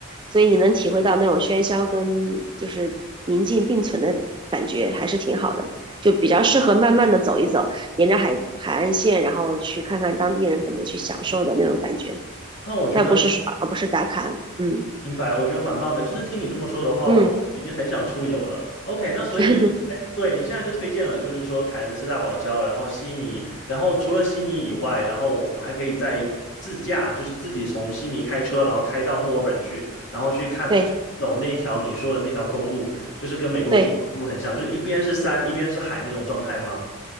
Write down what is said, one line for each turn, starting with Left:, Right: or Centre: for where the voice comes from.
Right: 所以你能体会到那种喧嚣跟就是宁静并存的感觉，还是挺好的，就比较适合慢慢的走一走。沿着海海岸线，然后去看看当地人怎么去享受的那种感觉，
Left: 那我觉得。
Right: 但不是刷，而不是打卡，嗯
Left: 明白，我觉得蛮棒的。就是听你这么说的话，
Right: 嗯，
Left: 我就已经很想出游了。OK，那所以，
Right: <laughs>
Left: 哎对，你现在就推荐了，就是说凯恩斯大堡礁，然后悉尼，然后除了悉尼以外，然后我还可以再自驾，就是自己从悉尼开车，然后开到墨尔本去，然后去看走那条你说的那条公路，
Right: 对
Left: 就是跟美国一条公路很像，
Right: 对
Left: 就是一边是山，一边是海那种状态吗？